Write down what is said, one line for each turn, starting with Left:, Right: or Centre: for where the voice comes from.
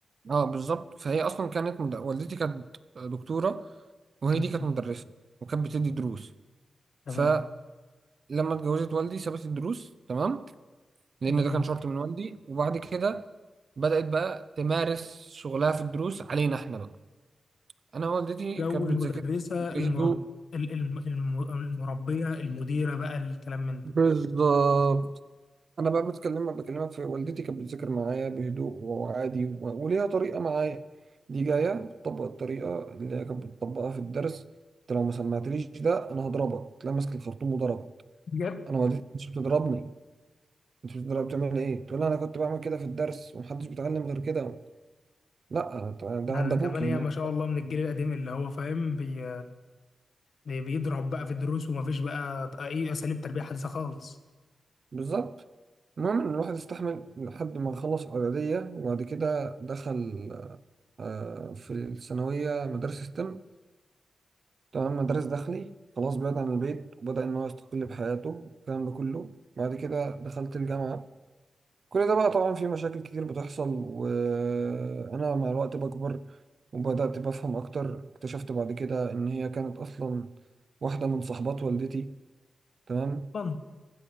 Right: اه بالظبط فهي اصلا كانت مد... والدتي كانت دكتوره وهي
Left: جميل
Right: دي كانت مدرسه وكانت بتدي دروس
Left: تمام
Right: فلما اتجوزت والدي سابت الدروس تمام لان
Left: جميل
Right: ده كان شرط من والدي وبعد كده بدأت بقى تمارس شغلها في الدروس علينا احنا بقى انا والدتي
Left: جو
Right: كانت
Left: المدرسه
Right: بتذاكر بهدوء
Left: المرب... ال- الم- الم- المربيه المديره بقى الكلام من ده
Right: بالظبط انا بقى بتكلم بكلمك في والدتي كانت بتذاكر معايا بهدوء وعادي و- وليها طريقه معايا دي جايه بتطبق الطريقه اللي هي كانت بتطبقها في الدرس انت لو ما سمعتليش ده انا هضربك تلاقي ماسك الخرطوم وضربت
Left: بجد
Right: انا والدتي مش بتضربني انت بتضرب بتعمل ايه تقول لي انا كنت بعمل كده في الدرس ومحدش بيتعلم غير كده لا ده ده
Left: على
Right: عند ابوكي
Left: كمان هي
Right: هناك
Left: ما شاء الله من الجيل القديم اللي هو فاهم بي... بي- بيضرب بقى في الدروس ومفيش بقى اي اساليب تربيه حديثه خالص
Right: بالظبط المهم إن الواحد استحمل لحد ما خلص إعدادية وبعد كده دخل آه، في الثانوية مدارس ستيم تمام مدارس داخلي خلاص بعيد عن البيت وبدأ إن هو يستقل بحياته الكلام ده كله بعد كده دخلت الجامعة كل ده بقى طبعا في مشاكل كتير بتحصل وأنا مع الوقت بكبر وبدأت بفهم أكتر اكتشفت بعد كده إن هي كانت أصلا واحدة من صحبات والدتي تمام
Left: طبعا